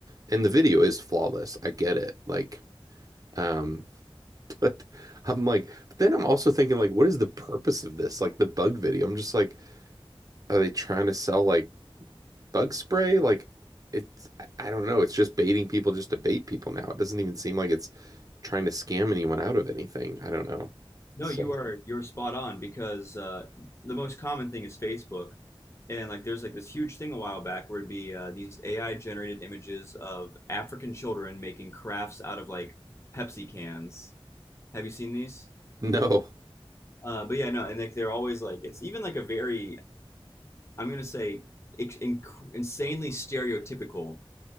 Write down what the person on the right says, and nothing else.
And the video is flawless. I get it. Like, um, <laughs> but I'm like, but then I'm also thinking, like, what is the purpose of this? Like the bug video. I'm just like, are they trying to sell like bug spray? Like, it's, I I don't know. It's just baiting people just to bait people now. It doesn't even seem like it's trying to scam anyone out of anything. I don't know.
So.
No.